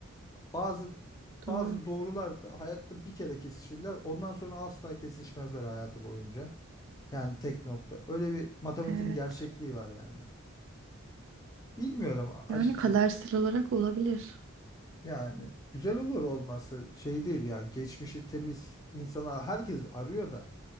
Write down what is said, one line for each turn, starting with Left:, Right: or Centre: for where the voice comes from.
Left: Bazı bazı
Right: doğru.
Left: doğrular da hayatta bir kere kesişirler. Ondan sonra asla kesişmezler hayatı boyunca. Yani tek nokta. Öyle bir matematiğin
Right: Evet.
Left: gerçekliği var yani. Bilmiyorum açıkçası.
Right: Yani kadersel olarak olabilir.
Left: Yani güzel olur olması şey değil yani geçmişi temiz insana herkes arıyor da.